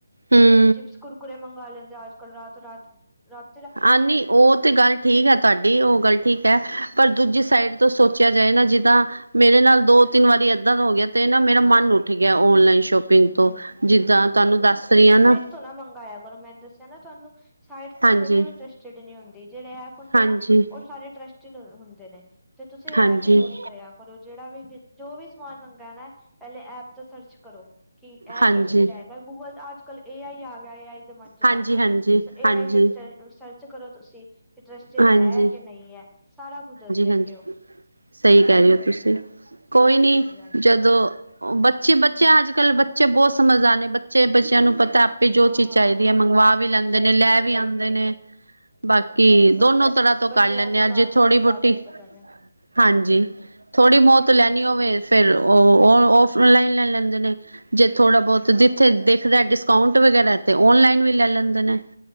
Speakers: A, on the right (about 75°); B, in the centre.
A: ਹੂੰ।
B: ਤੇ ਚਿਪਸ, ਕੁਰਕੁਰੇੇ ਮੰਗਾ ਲੈਂਦੇ ਅੱਜ-ਕੱਲ ਰਾਤ, ਰਾਤ ਨੂੰ। ਰਾਤ
A: ਆਨੀ ਔਹ ਤੇ ਗੱਲ ਠੀਕ ਐ। ਤੁੱਡੀ ਔ ਗੱਲ ਠੀਕ ਐ। ਪਰ ਦੂਜੀ ਸਾਈਡ ਤੋਂ ਸੋਚਿਆ ਜਾਏ ਨਾ ਜਿਦਾਂ ਮੇਰੇ ਨਾਲ ਦੋ-ਤਿੰਨ ਵਾਰੀ ਐਦਾਂ ਦਾ ਹੋ ਗਿਆ। ਤੇ ਨਾ ਮੇਰਾ ਮਨ ਉਠ ਗਿਐ ਔਨਲਾਈਨ ਸ਼ੋਪਿੰਗ ਤੋਂ।
B: ਹਾਂ
A: ਜਿੱਦਾਂ ਤਾਨੂੰ ਦੱਸ ਰੀਆਂ ਨਾ
B: ਭਲਾ ਮੰਗਾਇਆ ਕਰੋ। ਮੈਂ ਦੱਸਿਆ ਨਾ ਤੁੱਨੂੰ ਸਾਈਡ
A: ਹਾਂਜੀ,
B: ਕਦੇ ਵੀ ਟ੍ਰਸਟਿਡ ਨੀ ਹੁੰਦੀ ਜੇੜੇ ਐਪ ਹੁੰਦੇ
A: ਹਾਂਜੀ,
B: ਨਾ ਓਹ ਸਾਰੇ ਟ੍ਰਸਟੀਡ ਹੁੰਦੇ ਨੇ। ਤੇ ਤੁਸੀਂ
A: ਹਾਂਜੀ,
B: ਐਪ ਹੀ ਯੂਜ
A: ਹਾਂਜੀ।
B: ਕਰਿਆ ਕਰੋ। ਜੇੜਾ ਵੀ ਜੋ ਵੀ ਸਮਾਨ ਮੰਗਾਨੈ ਪੈਲੇ ਐਪ ਤੋਂ ਸਰਚ ਕਰੋ। ਕਿ ਐ
A: ਹਾਂਜੀ,
B: ਟ੍ਰਸਟੀਡ ਹੈਗਾ ਗੂਗਲ, ਅੱਜ-ਕੱਲ ਏ ਆਈ ਆ ਗਿਆ ਏ ਆਈ। ਨਵਾਂ ਜ਼ਮਾਨਾ
A: ਹਾਂਜੀ, ਹਾਂਜੀ,
B: ਸੋ ਏ
A: ਹਾਂਜੀ,
B: ਆਈ ਤੇ ਟ ਸਰਚ ਕਰੋ ਤੁਸੀਂ। ਕਿ ਟ੍ਰਸਟਿਡ
A: ਹਾਂਜੀ,
B: ਹੈ ਕਿ ਨਹੀਂ ਹੈ ਸਾਰਾ ਕੁਝ ਦੱਸ ਦੇਨਗੇ
A: ਹਾਂਜੀ।
B: ਔਹ
A: ਸਹੀ ਕੈ ਰੇ ਔ ਤੁਸੀਂਕੋਈ ਨੀ
B: ਹਾਂਜੀ ਹਾਂਜੀ
A: ਜਦੋਂ ਬੱਚੇ ਬੱਚਿਆਂ ਅੱਜ-ਕੱਲ੍ਹ ਬੱਚੇ ਬੌਤ ਸਮਝਦਾਰ ਨੇ ਬੱਚੇ ਬੱਚਿਆਂ ਨੂੰ ਪਤੈ ਭੀ
B: ਹਾਂ
A: ਜੋ ਚੀਜ਼ ਚੈਦੀ ਐ ਮੰਗਵਾ
B: ਸਾ
A: ਵੀ ਲੈਂਦੇ
B: ਸਹੀ
A: ਨੇ ਲੈ
B: ਗੱਲ
A: ਵੀ
B: ਹੈ
A: ਆੰਦੇ ਨੇ। ਬਾਕੀ
B: ਸਹੀ ਗੱਲ
A: ਦੋਨੋ
B: ਹੈ
A: ਤਰ੍ਹਾਂ ਤੋਂ
B: ਬੱਚਿਆਂ
A: ਕਰ ਲੈਂਨੇ
B: ਨੂੰ
A: ਆਂ।
B: ਤਾਂ
A: ਜੇ
B: ਅੱਜ
A: ਥੋੜੀ
B: ਕੱਲ੍ਹ ਜ਼ਿਆਦਾ
A: ਬੋਤੀ
B: ਹੀ ਪਤਾ ਨੇ
A: ਹਾਂਜੀ, ਥੋੜ੍ਹੀ ਬੌਂਤ ਲੈਨੀ ਹੋਵੇ ਫੇਰ ਔਹ ਔਫਲਾਈਨ ਲੈ ਲੈਂਦੇ ਨੇ। ਜੇ ਥੋੜਾ ਬੌਤ ਜਿੱਥੇ ਦੇਖਦੈ ਡਿਸਕਾਊਂਟ ਵਗੈਰਾ ਤੇ ਔਨਲਾਈਨ ਵੀ ਲੈ ਲੈਂਦੇ ਨੇ।